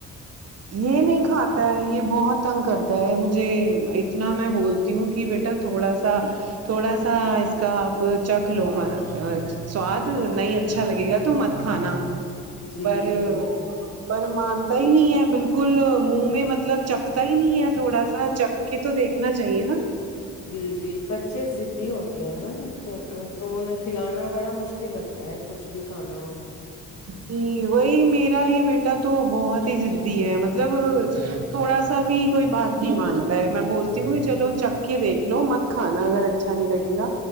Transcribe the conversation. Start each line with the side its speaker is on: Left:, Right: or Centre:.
Right: یہ نہیں کھاتا ہے یہ بہت تنگ کرتا ہے مجھے اتنا میں بولتی ہوں کہ بیٹا تھوڑا سا تھوڑا سا اس کا آپ چک کھلو مت سواد نہیں اچھا لگے گا تو مت کھانا
Left: جی
Right: پر
Left: جی
Right: پر مانتا ہی نہیں ہے بالکل منہ میں مطلب چکھتا ہی نہیں ہے تھوڑا سا چکھ کے تو دیکھنا چاہیے نا
Left: جی جی بچے ضدی ہوتے ہیں نا تو انہیں کھلانا بڑا مش کل لگتا ہے کچھ بھی کھانا ہو تو
Right: جی وہی میرا ہی بیٹا تو بہت ہی ضدی ہے مطلب تھوڑا سا بھی کوئی بات نہیں مانتا ہے میں بولتی ہوں کہ چلو چکھ کے دیکھ لو مت کھانا اگر اچھا نہیں لگے گا